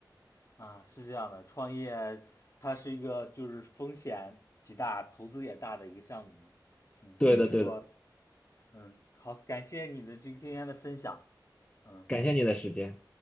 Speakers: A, on the left; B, on the left.
A: 啊，是这样的，创业它是一个就是风险极大、投资也大的一个项目嘛，嗯，
B: 对的，
A: 所以说
B: 对的，
A: 嗯，好，感谢你的这个今天的分享，嗯
B: 感谢你的时间。